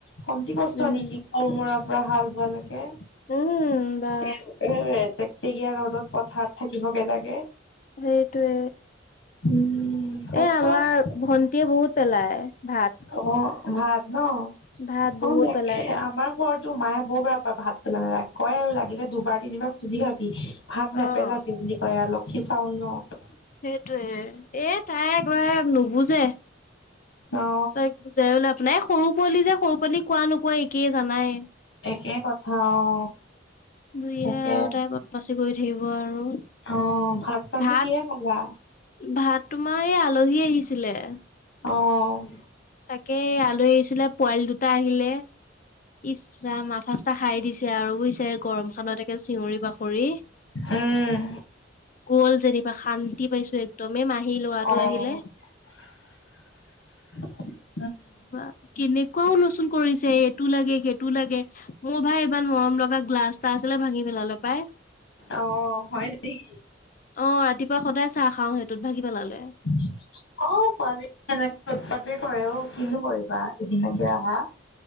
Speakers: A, on the left; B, on the left.
A: কমটি কষ্ট
B: উম।
A: নিকি, কোৰ মৰাৰ পৰা হাল বোৱালৈকে!
B: উম, বা
A: টেকটেকীয়া ৰ'দত পথাৰত থাকিবগে লাগে!
B: সেইটোৱে।
A: উম, কষ্ট
B: এ আমাৰ
A: আছে।
B: ভন্টিয়ে বহুত পেলাই ভাত
A: অ', ভাত ন! অ',
B: ভাত বহুত
A: তাকে
B: পেলাই তাই।
A: আমাৰ ঘৰতো মায়ে বৰ বেয়া পায়, ভাত পেলালে। কয় আৰু লাগিলে দুবাৰ-তিনিবাৰ খুজি খাবি ভাত
B: অ',
A: নেপেলাবি বুলি কয় আ। লক্ষী চাউল ন!
B: সেইটোয়ে। এ তাই একবাৰে নুবুজে।
A: অ
B: তাইক বুজাইও লাভ নাই। এই সৰু পোৱালি যে, সৰু পোৱালিক কোৱা নোকোৱা একেই, জানাই।
A: একে কথা, অ।
B: যিহে
A: তাকে
B: আৰু তাই বদমাচি কৰি থাকিব আৰু
A: অ পানী
B: ভাত,
A: কিহে খালা
B: ভাত তোমাৰ এই আলহী আহিছিলে!
A: অঁ!
B: তাকে, আলহী আহিছিলে, পোৱালি দুটা আহিলে! ইছ ৰাম, মাথা চাঠা খাই দিছে আৰু বুইছে! গৰমখনত একে চিঞৰি বাখৰি!
A: উম!
B: গ'ল যেনিবা শান্তি পাইছোঁ! একদম এই মাহী ল'ৰাটো
A: অ
B: আহিলে!
A: <unintelligible>
B: বা কেনেকুৱা হুলস্থুল কৰিছে! টো লাগে, সেইটো লাগে! মোৰ ভাই ইমান মৰম লগা গ্লাছ এটা আছিলে ভাঙি পেলালে পাই!
A: অ', হয় নিকি?
B: অঁ, ৰাতিপুৱা সদায় চাহ খাওঁ সেইটোত, ভাগি পেলালে
A: <unintelligible> অ অ', পোৱালিবোৰ এনেকে উৎপাতে কৰে অ', কিনো কৰিবা, এদিনীয়াকে আহা